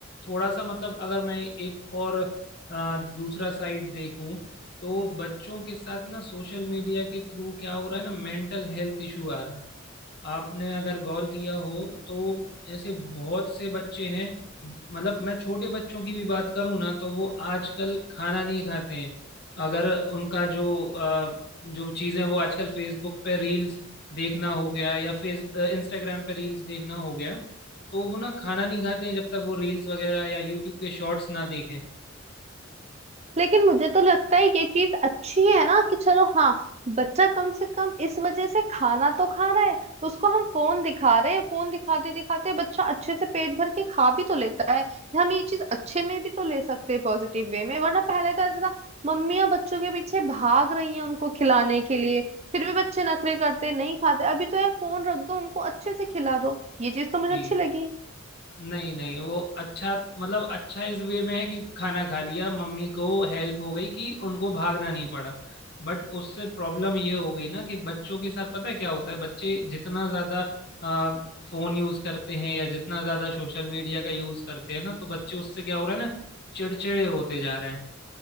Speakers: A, on the left (about 55°); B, on the right (about 30°).
A: थोड़ा सा मतलब अगर मैं एक और अ, दूसरा साइड देखूं तो बच्चों के साथ ना सोशल मीडिया के थ्रू क्या हो रहा है ना मेंटल हेल्थ इशू आ रहा है आपने अगर गौर किया हो तो ऐसे बहुत से बच्चे हैं मतलब मैं छोटे बच्चों की भी बात करूं ना तो वो आजकल खाना नहीं खाते हैं अगर उनका जो अ, जो चीज़ें वो आजकल फेसबुक पे रील्स देखना हो गया या फेस इंस्टाग्राम पे रील्स देखना हो गया तो वो ना खाना नहीं खाते हैं जब तक वो रील्स वगैरह या यूट्यूब के शॉर्ट्स ना देखें
B: लेकिन मुझे तो लगता है ये चीज अच्छी है ना कि चलो हाँ बच्चा कम से कम इस वजह से खाना तो खा रहा है उसको हम फोन दिखा रहे हैं फोन दिखाते दिखाते बच्चा अच्छे से पेट भर के खा भी तो लेता है हम ये चीज अच्छे में भी तो ले सकते हैं पॉजिटिव वे में वरना पहले तो ऐसा था मम्मियां बच्चों के पीछे भाग रही हैं उनको खिलाने के लिए फिर भी बच्चे नखरे करते नहीं खाते अभी तो यार फोन रख दो उनको अच्छे से खिला दो ये चीज तो मुझे
A: जी
B: अच्छी लगी
A: नहीं नहीं वो अच्छा मतलब अच्छा इस वे में है कि खाना खा लिया मम्मी को हेल्प हो गई कि उनको भागना नहीं पड़ा बट उससे प्रॉब्लम ये हो गई ना कि बच्चों के साथ पता है क्या होता है बच्चे जितना ज्यादा आ, फोन यूज करते हैं या जितना ज्यादा सोशल मीडिया का यूज करते हैं ना तो बच्चे उससे क्या हो रहा है ना चिड़चिड़े होते जा रहे हैं